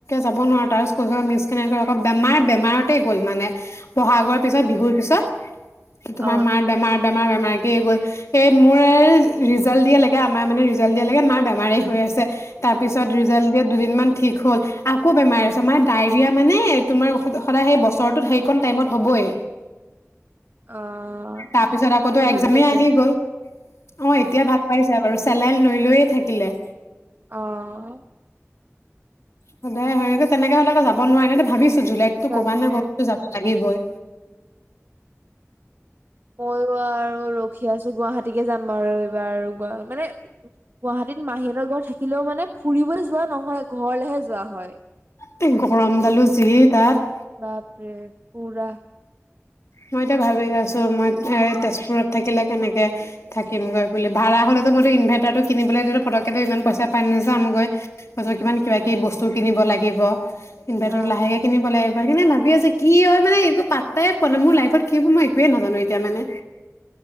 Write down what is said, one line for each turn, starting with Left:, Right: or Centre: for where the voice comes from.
Left: যাব নোৱাৰো তাৰপিছ কৈ মিছ কেনেকৈ আকৌ বেমাৰ বেমাৰতে গ'ল মানে বহাগৰ পিছত, বিহুৰ পিছত। তোমাৰ
Right: অ',
Left: মাৰ বেমাৰত বেমাৰ বেমাৰকে গ'ল এই মোৰ ৰিজাল্ট দিয়ালৈকে আমাৰ মানে ৰিজাল্ট দিয়া লেকে মাৰ বেমাৰে হৈ আছে। তাৰ পিছত ৰিজাল্ট দিয়া দুদিনমান ঠিক হ'ল আকৌ বেমাৰ আৰ ডায়ৰিয়া মানে তোমাৰ সদায় সেই বছৰটোত সেইকণ টাইমত হ'বই
Right: অ',
Left: তাৰ পিছত আকৌ
Right: এতিয়া
Left: একজামে
Right: ভাল পাইছে?
Left: আহি গ'ল, অ এতিয়া ভাল পাইছে আৰু চেলাইন লৈ লৈয়ে থাকিলে
Right: অ
Left: সদায় হয় তেনেকে হ'লে আকৌ যাব নোৱাৰি ন ভাবিছে জুলাইতো
Right: তাকে।
Left: ক'বা নে কবাত যাব লাগিবই
Right: ময়ো আৰু ৰখি আছো গুৱাহাটীকে যাম আৰু এইবাৰ আৰু গুৱা মানে গুৱাহাটীত মাহীহঁতৰ ঘৰ থাকিলেও মানে ফুৰিবলৈ যোৱা নহয় ঘৰলেহে যোৱা হয়
Left: তেটেংক ৰম দালো যি তাত
Right: বাপৰে পুৰা
Left: মই এতিয়া ভাবি আছো মই এই তেজপুৰত থাকিলে কেনেকে থাকিমগৈ বুলি ভড়া হ'লে মইতো ইনভাৰ্টাৰটো কিনিবলৈ ফটকেতো ইমান পইচা পাই নাযামগৈ পাছত কিমান কিবা কি বস্তু কিনিব লাগিব ইনভাৰটাৰ
Right: অ',
Left: লাহেকে কিনিব লাগিব সেই কাৰনে ভাবি আছে কি হয় মানে এইবোৰ পাতাই মানে মোৰ লাইফত কি হ'ব মই একোৱে নাজানো এতিয়া মানে